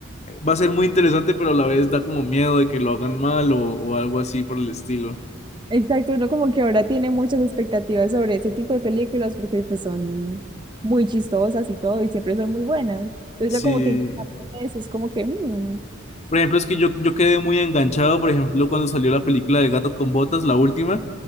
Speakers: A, on the left; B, on the right.
A: va a ser muy interesante, pero a la vez da como miedo de que lo hagan mal o, o algo así por el estilo.
B: exacto, uno como que ahora tiene muchas expectativas sobre ese tipo de películas porque pues son muy chistosas y todo y siempre son muy buenas. Entonces
A: Sí.
B: ya como que parte de eso es como que, mm,
A: Por ejemplo, es que yo, yo quedé muy enganchado, por ejemplo, cuando salió la película del gato con botas, la última,